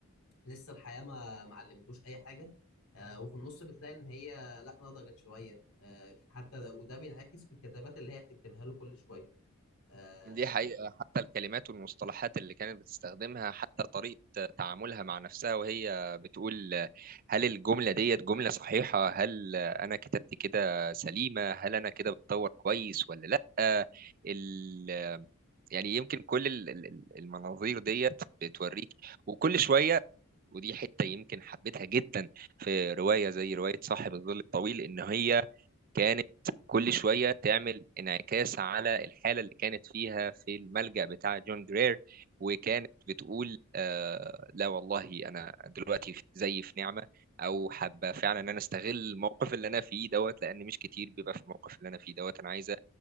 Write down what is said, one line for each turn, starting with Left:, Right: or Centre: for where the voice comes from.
Left: لسه الحياة ما ما علمتوش أي حاجة آه، وفي النص بتلاقي إن هي لأ نضجت شوية آه، حتى وده بينعكس في الكتابات اللي هي بتكتبها له كل شوية آه،
Right: دي حقيقة حتى الكلمات والمصطلحات اللي كانت بتستخدمها حتى طريقة تعاملها مع نفسها وهي بتقول هل الجملة ديت جملة صحيحة هل أنا كتبت كده سليمة هل أنا كده بتطور كويس ولا لأ ال... يعني يمكن كل ال- ال- ال- المناظير ديت بتوريك وكل شوية ودي حتة يمكن حبيتها جدا في رواية زي رواية صاحب الظل الطويل إن هي كانت كل شوية تعمل انعكاس على الحالة اللي كانت فيها في الملجأ بتاع جون جرير وكانت بتقول آه لا والله أنا دلوقتي في- زي في نعمة أو حابة فعلا إن أنا أستغل الموقف اللي أنا فيه دوت لأن مش كتير بيبقى في الموقف اللي أنا فيه دوت أنا عايزة